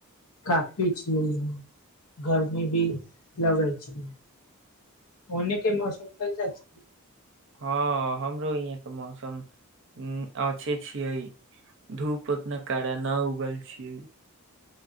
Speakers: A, on the left; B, on the right.
A: कफी छिय गरमी भी लगे छै अनेके मौसम हो जा छै
B: हँ हमरो यहाँके मौसम अच्छे छियै धूप उतना कड़ा न उगल ख छियै